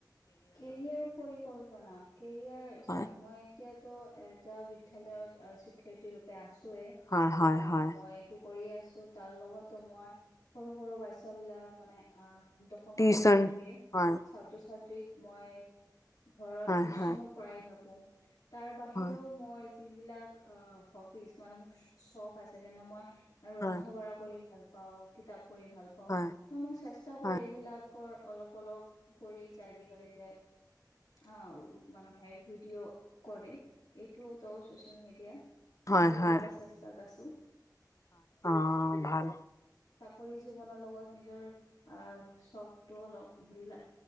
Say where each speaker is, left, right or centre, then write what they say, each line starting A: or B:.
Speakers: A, on the left; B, on the left.
A: কেৰিয়াৰ পৰিকল্পনা। কেৰিয়াৰ চাওক,
B: হয়
A: মই এতিয়াতো এটা বিদ্যয়ালয়ত শিক্ষয়িত্ৰী ৰূপে আছোৱেই।
B: হয় হয়
A: অঁ
B: হয়
A: মই এইটো কৰি আছোঁ, তাৰ লগতো মই সৰু সৰু বাছ চাত্ৰ বিলাক মানে আহ' দশম
B: টিউচন
A: শ্ৰেণীলৈকে
B: হয়
A: ছাত্ৰ ছাত্ৰীক মই ঘৰত
B: হয়
A: টিউচনো
B: হয়
A: পঢ়াই থাকোঁ, তাৰ বাহিৰেও
B: হয়
A: মই যিবিলাক অ' হবিচ মানে মোক চখ আছে যেনে মই আৰু ৰন্ধা
B: হয়
A: বঢ়া কৰি ভাল পাওঁ, কিতাপ পঢ়ি ভাল পাওঁ
B: হয়
A: ত' মই চেষ্টা কৰি
B: হয়
A: এইবিলাকৰ অলপ অলপ কৰি যে আজিকালি যে আহ' মানুহে ভিডিঅ' কৰে এইটোও ত' চচিয়েল মিডিয়া
B: হয়
A: এইটোও
B: হয়
A: কৰাৰ চেষ্টাত আছোঁ।
B: অ ভাল
A: চাকৰি জীৱনৰ লগত নিজৰ আহ' চখটো অলপ ধৰিলা